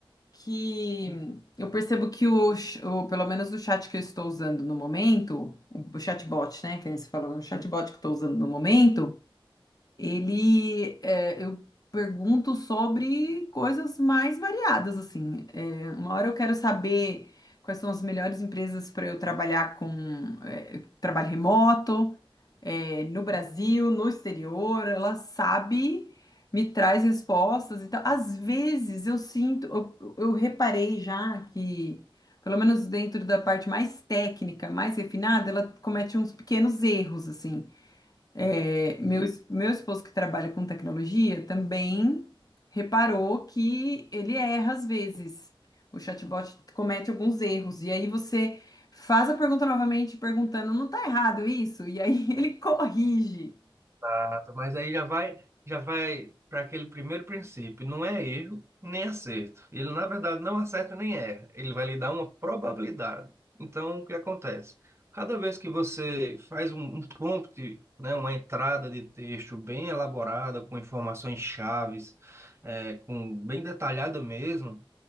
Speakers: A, on the left (about 40°); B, on the right (about 30°).
A: que eu percebo que o, ch- o- pelo menos o chat que eu estou usando no momento, o o chatbot, né, que você falou, o chatbot que eu estou usando no momento, Ele, é, eu pergunto sobre coisas mais variadas, assim. É, uma hora eu quero saber quais são as melhores empresas para eu trabalhar com é, trabalho remoto, é, no Brasil, no exterior. Ela sabe, me traz respostas. Então, às vezes eu sinto, eu, eu reparei já que, pelo menos dentro da parte mais técnica, mais refinada, ela comete uns pequenos erros, assim. É, meu, es- meu esposo que trabalha com tecnologia também reparou que ele erra às vezes. O chatbot comete alguns erros. E aí você faz a pergunta novamente, perguntando, não tá errado isso? E aí <laughs> ele corrige.
B: Exato, mas aí já vai, já vai para aquele primeiro princípio, não é erro nem acerto. Ele, na verdade, não acerta nem erra, ele vai lhe dar uma probabilidade. Então, o que acontece? Cada vez que você faz um, um prompt, né, uma entrada de texto bem elaborada, com informações chaves, é, com, bem detalhada mesmo,